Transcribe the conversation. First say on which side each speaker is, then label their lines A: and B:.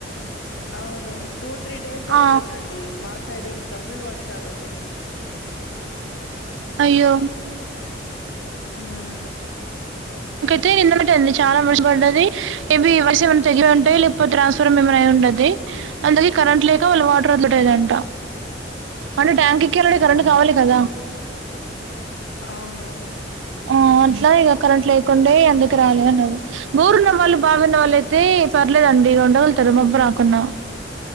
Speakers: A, on the left (about 75°); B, on the right (about 80°).
A: అవును టూ త్రీ డేస్ అవుతుందండి
B: ఆ
A: మా సైడ్ ఇంకా ఫుల్ వర్షాల్ ఉన్నాయ్.
B: అయ్యో
A: ఉమ్
B: తే నిమ్మటే అడి చాలా మంచ్ పడ్డది హెవీ వర్షం అంటే ఎట్లా ఉంటా
A: హ్మ్
B: లేక్పోతే ట్రాన్స్ పరం ఏమమా అయి ఉంటది అందుకే కరెంట్ లేక వాళ్ళ వాటర్ ఒద్లతలెదంట
A: ఆ!
B: అంటే ట్యాంక్ ఎక్కియాలంటే కరెంట్
A: అవును
B: కావాలే
A: అవునా
B: కదా
A: అవును
B: ఆ అట్లానే ఇగ కరెంట్ లేకుండే అందుకెరాలే అన్నాడు బోరున్న వాళ్ళు బావున్నవాళ్ళు అయితే పర్లేదండి ఉండగల్తరు మబ్బు రాకున్నా